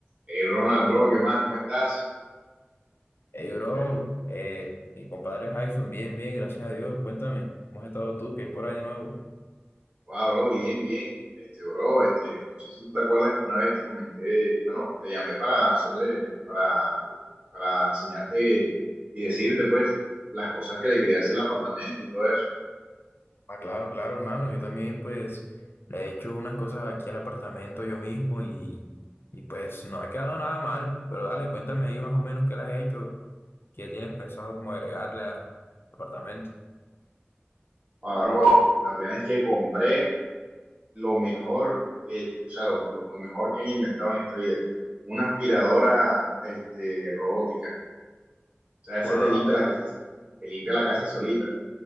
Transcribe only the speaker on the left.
Hey, bro, eh, mi compadre Jackson, bien, bien, gracias a Dios. Cuéntame, ¿cómo has estado tú? ¿Qué hay por ahí de nuevo?
Ah, claro, claro, hermano. Yo también, pues, le he hecho unas cosas aquí al apartamento yo mismo y, y pues, no ha quedado nada mal. Pero dale, cuéntame ahí más o menos qué le has hecho, qué tienes pensado como agregarle a- al apartamento.
Wow,